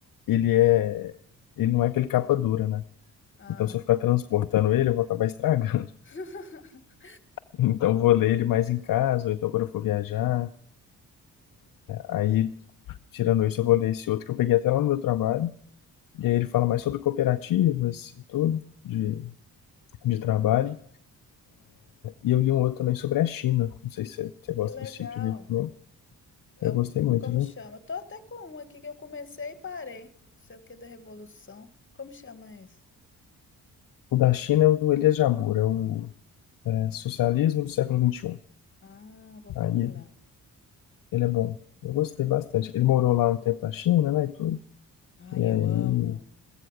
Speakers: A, on the left; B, on the left.
A: ele é, ele não é aquele capa dura, né?
B: ah.
A: Então, se eu ficar transportando ele, eu vou acabar estragando. <laughs>
B: <laughs>
A: Então, eu vou ler ele mais em casa, ou então quando eu for viajar. Aí, tirando isso, eu vou ler esse outro que eu peguei até lá no meu trabalho. E aí ele fala mais sobre cooperativas e tudo, de, de trabalho. E eu li um outro também sobre a China. Não sei se você você gosta
B: Que legal.
A: desse tipo de livro também.
B: Eu,
A: Eu gostei muito,
B: como
A: viu?
B: chama? Eu Tô até com um aqui que eu comecei e parei. Não sei o que da Revolução. Como chama esse?
A: O da China é o do Elias Jabbour, é o é, Socialismo do Século vinte e um.
B: Ah, eu vou procurar.
A: Aí Ele é bom. Eu gostei bastante. Ele morou lá um tempo na China, né, e tudo.
B: Ai,
A: E aí,
B: eu amo.